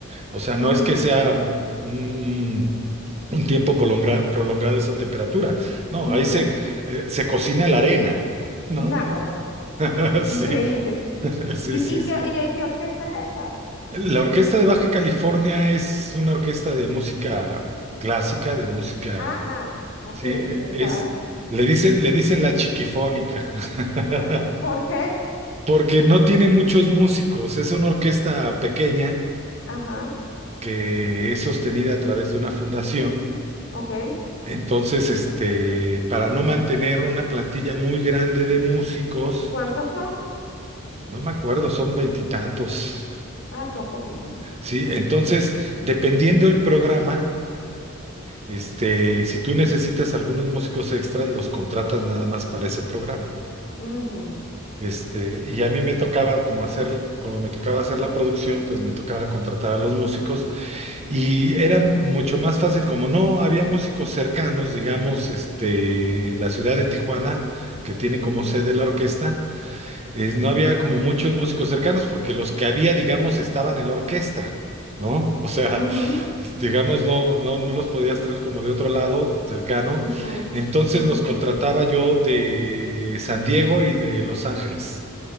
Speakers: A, on the right (about 30°); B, on the left (about 60°).
A: O sea, no
B: ujú,
A: es que sea un, un- un tiempo prolonga- prolongado esa temperatura. No,
B: ujú,
A: ahí se, eh, se cocina la arena, ¿no?
B: Náguara.
A: <laughs>
B: Increíble.
A: Sí, <laughs> sí,
B: ¿Y,
A: sí,
B: y,
A: sí.
B: qué, y qué orquesta es esa?
A: La Orquesta de Baja California es una orquesta de música clásica, de música,
B: Ajá. Ok,
A: sí, eh,
B: pensaba.
A: es, le dicen, le dicen la chiquifónica. <laughs>
B: ah, ¿Por qué?
A: Porque no tiene muchos músicos, es una orquesta pequeña
B: Ajá.
A: que es sostenida a través de una fundación.
B: Ok.
A: Entonces, este, para no mantener una plantilla muy grande de músicos,
B: ¿Cuántos son?
A: no me acuerdo, son veintitantos.
B: Ah, son poquitos.
A: Sí, entonces, dependiendo el programa, este, si tú necesitas algunos músicos extras, los contratas nada más para ese programa.
B: Ujú,
A: Este, y a mí me tocaba, como hacer, como me tocaba hacer la producción, pues me tocaba contratar a los músicos Y era mucho más fácil, como no había músicos cercanos, digamos, este, en la ciudad de Tijuana, que tiene
B: ujú,
A: como sede la orquesta, es- no había como muchos músicos cercanos, porque los que había, digamos, estaban en la orquesta, ¿no? O sea,
B: ujú,
A: <laughs> digamos, no, no, no los podías traer como de otro lado, cercano.
B: ujú,
A: Entonces
B: ujú,
A: los contrataba yo de San Diego y de Los Ángeles.